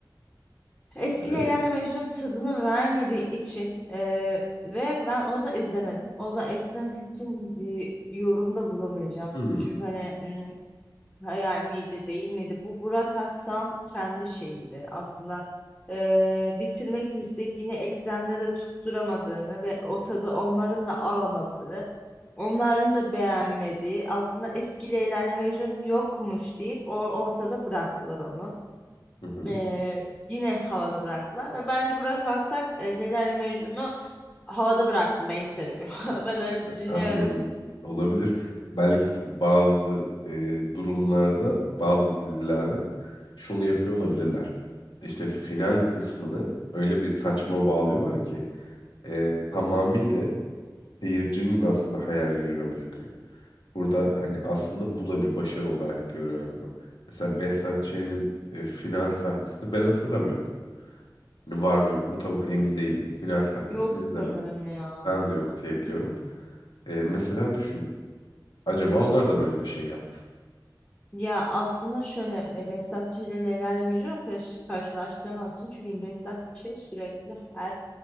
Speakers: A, on the left (about 20°); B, on the left (about 80°).
A: eski
B: Evet.
A: Leyla ile Mecnun tadını vermediği için ee, ve ben Oza izlemedim. Oza Exxen için bir yorumda bulamayacağım.
B: Hmm,
A: Çünkü hani hmm, hayal miydi değil miydi? Bu Burak Aksan kendi şeyiydi aslında. Ee, bitirmek isteyip yine eksende de tutturamadığını ve o tadı onların da alamadığı, onların da beğenmediği, aslında eskiyle ilerleme vizyonu yokmuş deyip o ortada bıraktılar onu.
B: Hı hı.
A: Ee, yine havada bıraktılar ve bence Burak Aksak e, Leyla ile Mecnun'u havada bırakmayı seviyor. <laughs> Ben öyle düşünüyorum.
B: Anladım. Olabilir. Belki de bazı e, durumlarda bazı dizilerde şunu yapıyor olabilirler. İşte final kısmını öyle bir saçma bağlıyorlar ki e, tamamıyla seyircinin aslında hayal gücüne bırakıyor. Burada hani aslında bu da bir başarı olarak görüyorum ben. Mesela Behzat Ç'nin e, final sahnesini ben hatırlamıyorum. Hani var mı yok mu tam emin değilim. Final sahnesini
A: Yok sanırım
B: izlemedim.
A: ya.
B: Ben de yok diyebiliyorum. E, mesela düşün. Acaba onlar da mı öyle bir şey yaptı?
A: Ya aslında şöyle e, Behzat Ç. ile Leyla ile Mecnun'u karış- karşılaştıramazsın. Çünkü Behzat Ç. sürekli her